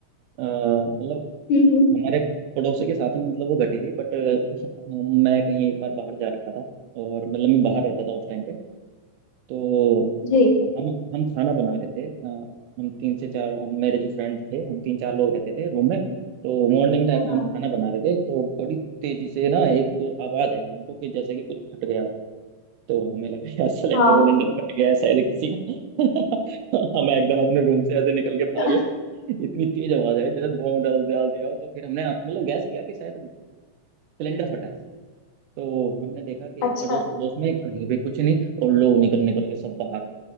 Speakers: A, on the right; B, on the left.
A: अ, मतलब
B: हम्म, हम्म,
A: हमारे पड़ोसी के साथ में मतलब वो घटी थी बट हाँ, मैं कहीं एक बार बाहर जा रखा था और मतलब मैं बाहर रहता था उस टाइम पे तो
B: जी
A: हम हम खाना बना रहे थे अ, हम तीन से चार हम- मेरे जो फ्रेंड थे हम तीन चार लोग रहते थे रूम में तो मॉर्निंग टाइम में
B: हाँ
A: हम खाना बना रहे थे तो बड़ी तेजी से ना एक आवाज आई हमको कि जैसे कि कुछ फट गया हो तो हमें लगा यार सिलेंडर
B: हाँ
A: विलेंडर फट गया है शायद किसी का <laughs> हम एकदम अपने रूम से ऐसे निकल के भागे
B: अच्छा
A: इतनी तेज आवाज आई जैसे बॉम्ब डाल डाल दिया हो तो फिर हमने मतलब गैस किया कि शायद सिलेंडर फटा है तो हमने देखा कि
B: अच्छा
A: अड़ोस पड़ोस में कहीं भी कुछ नहीं और लोग निकल निकल के सब बाहर